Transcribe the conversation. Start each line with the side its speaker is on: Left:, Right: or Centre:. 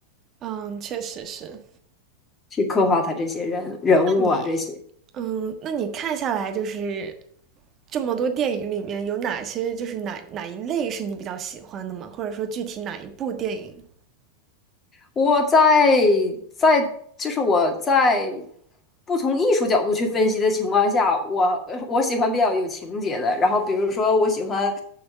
Right: 嗯，确实是。
Left: 去刻画它这些人人物啊这些。
Right: 那你，嗯，那你看下来就是这么多电影里面有哪些，就是哪哪一类是你比较喜欢的吗？或者说具体哪一部电影？
Left: 我在在就是我在不从艺术角度去分析的情况下，我呃我喜欢比较有情节的。然后比如说我喜欢，